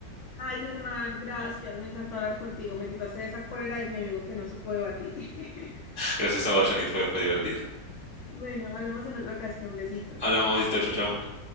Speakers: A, on the left; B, on the right.
A: Ay, Germán, gracias, me encantó hablar contigo, me quitaste esa cólera de mi amigo que no supo debatir. <laughs>
B: Gracias a vos, Jenny, fue, fue divertido.
A: Bueno, hablamos en otra ocasión, besitos.
B: Hablamos, chau, chau, chau.